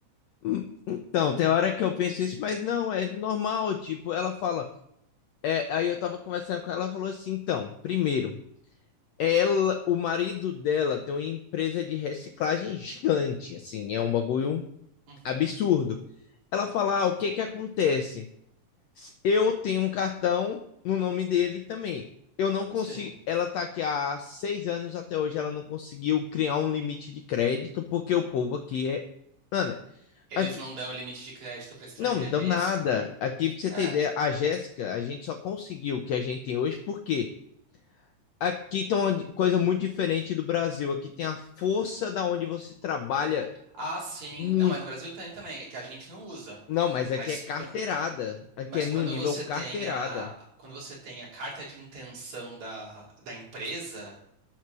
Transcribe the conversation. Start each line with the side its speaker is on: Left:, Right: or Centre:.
Left: Hum, Então, tem hora que eu penso isso, mas não, é normal, tipo, ela fala, é, aí eu tava conversando com ela, ela falou assim, então, primeiro, ela, o marido dela tem uma empresa de reciclagem gigante, assim, é um bagulho
Right: Uhum,
Left: absurdo. Ela fala, ah, o que que acontece? Eu tenho um cartão no nome dele também. Eu não consigo.
Right: sim.
Left: Ela tá aqui há seis anos até hoje. Ela não conseguiu criar um limite de crédito porque o povo aqui é. Mano,
Right: Eles
Left: aqui.
Right: não dão limite de crédito para estrangeiro,
Left: Não, dão
Right: é
Left: nada.
Right: isso?
Left: Aqui, pra você
Right: É.
Left: ter ideia, a Jéssica, a gente só conseguiu o que a gente tem hoje porque aqui tem uma di- coisa muito diferente do Brasil. Aqui tem a força da onde você trabalha
Right: Ah, sim.
Left: muito.
Right: Não, mas no Brasil tem também. É que a gente não usa.
Left: Não, mas
Right: Mas.
Left: aqui é carteirada.
Right: qu-
Left: Aqui
Right: Mas
Left: é no
Right: quando
Left: nível
Right: você
Left: carteirada.
Right: tem a, quando você tem a carta de intenção da, da empresa,